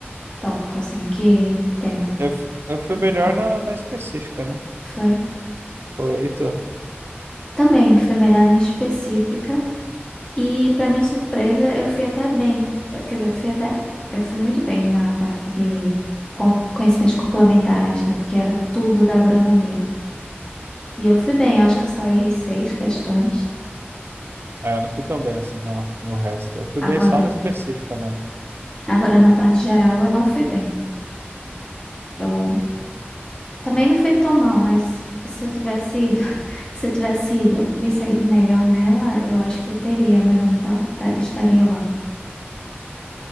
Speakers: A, on the left (about 20°); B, on the right (about 65°).
A: tópico, assim, em que tema?
B: Eu, fu- eu fui
A: Em que
B: melhor
A: parte?
B: na, na específica, né?
A: Foi?
B: Foi tu?
A: Também, fui melhor na específica E, para minha surpresa, eu fui até bem. Eu- quer dizer, eu fui até. Eu fui muito bem na parte de com- conhecimentos complementares, né? Porque era tudo da agronomia. E eu fui bem, eu acho que eu só errei seis questões.
B: Ah, eu não fui tão bem assim, não, no resto. Eu fui bem
A: Agora,
B: só na específica mesmo.
A: agora na parte geral, eu não fui bem. Eu também não fui tão mal, mas se eu tivesse ido, <laughs> se eu tivesse ido, me saído melhor nela, eu acho que eu teria. Meu nome tava, tá- estaria lá.